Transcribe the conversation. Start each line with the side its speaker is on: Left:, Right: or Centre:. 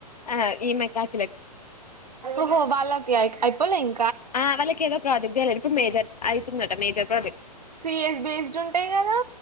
Left: ఆ ఈమె కాయాకిలకి
Right: ఓహో వాలకి అ అయ్యిపోలే ఇం
Left: ఆ వాళ్ళకి ఏదో ప్రాజెక్ట్ చేయలేదు ఇప్పుడు మేజర్ అవుతుందట మేజర్ ప్రాజె
Right: సిఎస్ బేస్డ్ ఉంటాయి కదా